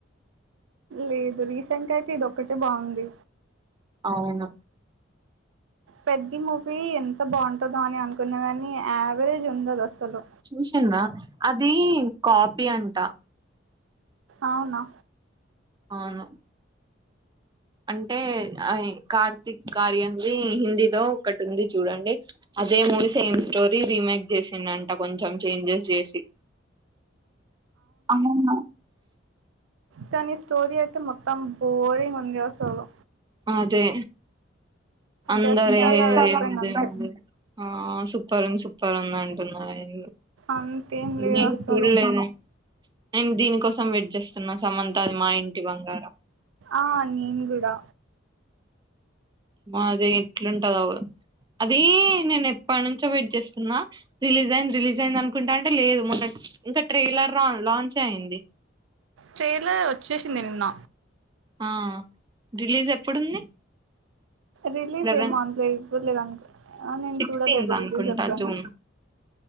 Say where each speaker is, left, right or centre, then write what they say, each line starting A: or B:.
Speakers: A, on the right; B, on the right.
A: లేదు రీసెంట్ గా అయితే ఇది ఒక్కటే బాగుంది
B: అవున
A: పెద్ద మూవీ ఎంత బాగుంటందో అని అనుకున్నా గాని ఆవరేజ్ ఉంది అది అసలు
B: చూసిన్రా అది కాపీ అంట
A: అవునా
B: అవును అంటే కార్తీక్ కార్యంది హిందీలో ఒకటి ఉంది చూడండి అదే మూవీ సేమ్ స్టోరీ రీమేక్ చేసిండంట కొంచెం చేంజెస్ చేసి అవునా
A: కానీ స్టోరీ అయితే మొత్తం బోరింగ్ ఉంది అసలు
B: అదే అందరి
A: జస్ట్ అలా
B: ఏ
A: వెళ్ళిపోయింది
B: ముందే
A: అంతే
B: ఆ సూప్పర్ ఉంది సూప్పర్ ఉంది అంటున్నారు ఆ
A: అంతేం
B: మూవీ
A: లేదు
B: ఏ
A: అసలు
B: మూవీ చూడలేదే నేను దీనికోసం వెట్ చేస్తున్నా సమంతది మా ఇంటి బంగారం
A: ఆ నేను కూడా
B: అది ఎట్లుంటదో అవు అది నేను ఎప్పటి నుంచో వెయిట్ చేస్తున్నా రిలీజ్ అయింది రిలీజ్ అయింది అనుకుంటా అంటే లేదు మొ ఇంకా ట్రైలర్రా లాంచ్ ఐంది
A: ట్రెలర్ ఓచ్చేసింధి నిన్న
B: ఆ రిలీజ్ ఎప్పుడుంది
A: రిలీజ్
B: లెవెన్
A: ఏమో అంతలో ఇవ్వలేదు అనుకో నేను
B: సిక్స్టీన్త్
A: చూడలేదు
B: అనుకుంటా
A: రిలీజ్ ఎప్పుడని
B: జూన్